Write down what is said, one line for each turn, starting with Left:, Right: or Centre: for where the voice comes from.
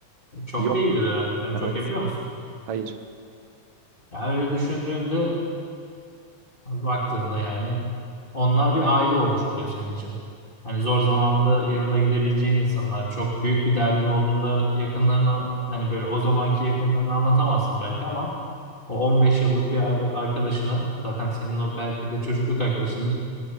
Left: Çok
Right: Yok.
Left: değildir herhalde. Sen
Right: Evet.
Left: çok yapıyor musun?
Right: Hayır.
Left: Ya öyle düşündüğünde Baktığında yani onlar bir aile olmuş oluyor senin için. Hani zor zamanda yanına gidebileceğin insanlar, çok büyük bir derdin olduğunda yakınlarına hani böyle o zamanki yakınlarına anlatamazsın belki ama o 15 yıllık bir ar- arkadaşını zaten senin o belki de çocukluk arkadaşındır.